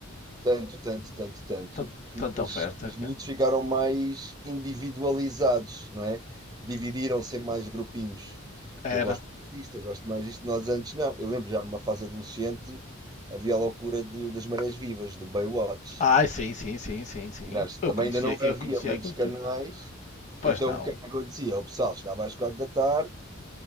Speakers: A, on the right; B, on the left.
A: Tanto, tanto, tanto, tanto,
B: Tan-
A: que
B: Tanta
A: os,
B: oferta
A: que os miúdos
B: que
A: ficaram mais individualizados, não é? Dividiram-se em mais grupinhos. Porque
B: era.
A: eu gosto mais disto, eu gosto mais disto. Nós antes não. Eu lembro já numa fase adolescente havia a loucura do- das marés vivas, do Baywatch.
B: Ai, sim, sim, sim, sim, sim.
A: Um gajo
B: Eu
A: também
B: conhecia,
A: ainda não
B: eu
A: havia
B: conhecia
A: muitos
B: aquilo
A: canais.
B: tudo. Pois
A: Então
B: não.
A: o que é que acontecia? O pessoal chegava às quatro da tarde,